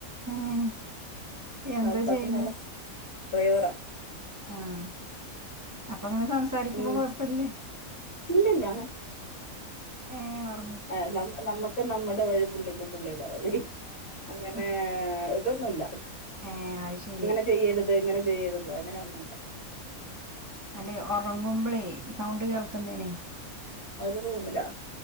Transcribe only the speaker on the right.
ഏഹ് എന്താ
ചെയ്യണെ
ആഹ് അപ്പൊ അങ്ങനെ സംസാരിക്കുമ്പോ
കൊഴപ്പല്ലെ
ഏഹ് ഉറ
ഏഹ് അതോണ്ട്
ഏഹ് അത് ശരി
ആഹ് ആഹ് അല്ലെ ഒറങ്ങുമ്പ്ളേ സൗണ്ട് കേൾക്കുന്നേനേ